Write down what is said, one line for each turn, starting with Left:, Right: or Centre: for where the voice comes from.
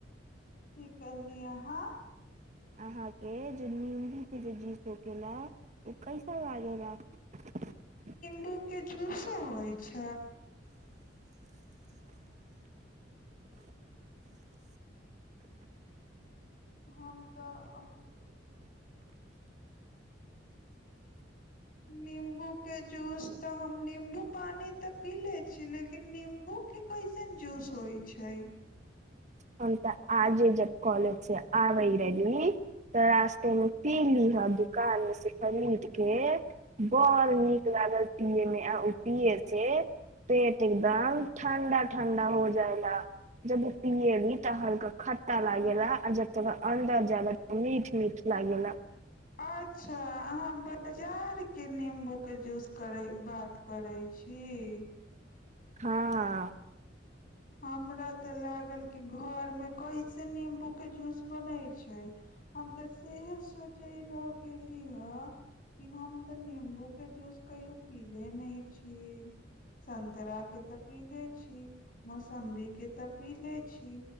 Left: की कहलिय हँ
Right: अहां के जेो नीमबू के जो जी ोक ल ओ कैसा बाज रह
Left: पू के जूसो होइ छै हम तऽ निम्बूके जूस तऽ हम निम्बू पानि तऽ पी लै छी लेकिन निम्बूके कैसन जूस होइ छै
Right: हम तऽ आजे जब कॉलेज से आबे रहली तऽ रास्ते मे पी लीह दुकान मे से खरीद के बड़ नीक लागल पिले मे आ ी छै पेट एकदम ठण्डा ठण्डा हो जाएगा जब पियली त हलका खट्टा लागेेला आ जब तोरा अन्दर ज ला त मीठ मीठ लागेला
Left: अच्छा अहाँ बाजार के नींबू के जूस करै बात करै छी
Right: हँ
Left: हमरा तऽ लागल कि घरमे कैसे नीम्बू क जूस बनै छै हम तऽ सेह सोचे र गेली हँ कि हम तऽ नं्बू के जूस कहियो पीले नहि छी संतरा के तऽ पीले छी से मौसमबी के तऽ पीले ी